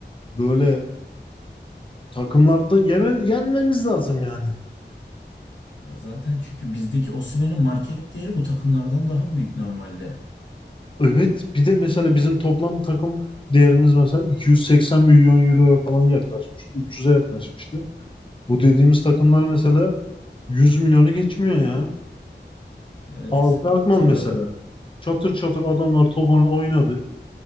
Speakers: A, on the left; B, on the left.
A: böyle takımlarda yeme, yenmemiz lazım yani.
B: Ya Zaten çünkü bizdeki Osimhen'in market değeri bu takımlardan daha büyük normalde.
A: Evet bir de mesela bizim toplam takım değerimiz mesela 280 milyon euroya falan yaklaşmıştı. 300'e yaklaşmıştı. Bu dediğimiz takımlar mesela 100 milyonu geçmiyor ya.
B: Evet.
A: Aldı Akman
B: Bu konuda
A: mesela. Çatır çatır adamlar topunu oynadı.